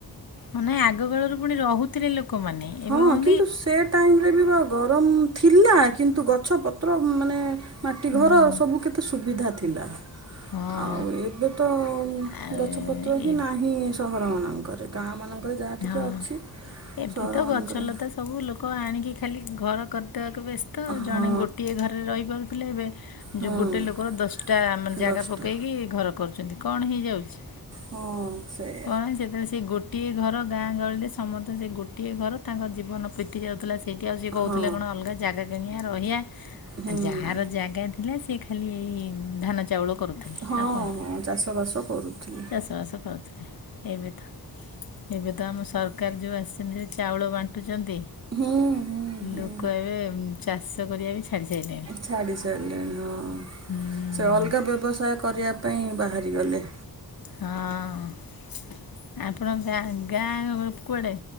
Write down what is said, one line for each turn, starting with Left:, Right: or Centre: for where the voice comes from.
Left: ହଁ ନାଇଁ ଆଗକାଳରୁ ପୁଣି ରହୁଥିଲେ ଲୋକମାନେ।
Right: ହଁ
Left: ଏବେ କଣ
Right: କିନ୍ତୁ ସେ ଟାଇମରେ ବି ବା ଗରମ ଥିଲା କିନ୍ତୁ ଗଛ ପତ୍ର ମାନେ ମାଟି
Left: କି
Right: ଘର ସବୁ କେତେ ସୁବିଧା ଥିଲା।
Left: ହଁ।
Right: ଆଉ ଏବେ ତ
Left: ଆଉ
Right: ଗଛପତ୍ର ହିଁ
Left: ଏ
Right: ନାହିଁ ସହର ମାନଙ୍କରେ। ଗାଁ ମାନଙ୍କରେ ଯାହା ଟିକେ
Left: ହଁ।
Right: ଅଛି
Left: ଏବେ
Right: ସହରମାନଙ୍କରେ
Left: ତ ଗଛଲତା ସବୁ ଲୋକ ଆଣିକି ଖାଲି ଘର କରିଦେବାକୁ ବ୍ୟସ୍ତ ଜଣେ
Right: ହଁ
Left: ଗୋ ଗୋଟିଏ ଘରେ ରହିପାରୁଥିଲେ ଏବେ
Right: ହଁ
Left: ଯୋଉ ଗୋଟେ ଲୋକର ଦଶଟା ମାନେ ଜାଗା
Right: ଦଶଟା
Left: ପକେଇକି ଘର। କରୁଛନ୍ତି, କଣ ହେଇଯାଉଛି?
Right: ହଁ ସେୟା।
Left: କଣ ସେତେବେଳେ ସେ ଗୋଟିଏ ଘର ଗାଁ ଗହଳିରେ ସମତେ ସେ ଗୋଟିଏ ଘର ତାଙ୍କ ଜୀବନ ବିତି ଯାଉଥିଲା ସେଇଠି ଆଉ ସିଏ କହୁଥିଲେ
Right: ହଁ
Left: କଣ ଅଲଗା ଜାଗା କିଣିବା ରହିଆ
Right: ହୁଁ।
Left: ଯାହାର ଜାଗା ଥିଲା ସେ ଖାଲି ଏଇ ଧାନ ଚାଉଳ କରୁଥିଲେ
Right: ହଁ
Left: ଆଉ କଣ।
Right: ହଁ ଚାଷବାସ କରୁଥିଲେ।
Left: ଚାଷବାସ କରୁଥିଲେ ଏବେତ ଏବେ ତ ଆମ ସରକାର୍ ଯୋଉ ଆସିଛନ୍ତି ଯେ ଚାଉଳ ବା ଣ୍ଟୁଚନ୍ତି
Right: ହୁଁ ହୁଁ ହୁଁ
Left: ଲୋକ ଏବେ ଚାଷ କରିବା ବି ଛାଡ଼ିସାଇଲେଣି।
Right: ଛାଡ଼ି ସାରିଲେଣି ହଁ
Left: ହୁଁ
Right: ସେ ଅଲଗା ବ୍ୟବସାୟ କରିବା ପାଇଁ ବାହାରିଗଲେ।
Left: ହଁ ଆପଣ ଗାଁ-ଗାଁ କୁଆଡ଼େ?